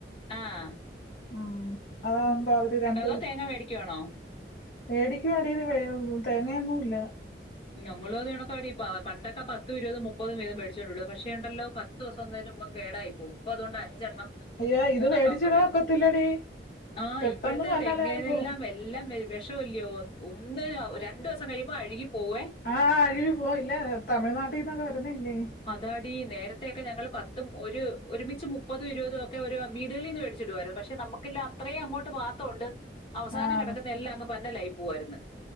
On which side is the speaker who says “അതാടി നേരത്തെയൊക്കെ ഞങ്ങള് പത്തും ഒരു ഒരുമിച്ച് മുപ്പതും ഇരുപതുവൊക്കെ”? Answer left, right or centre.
Left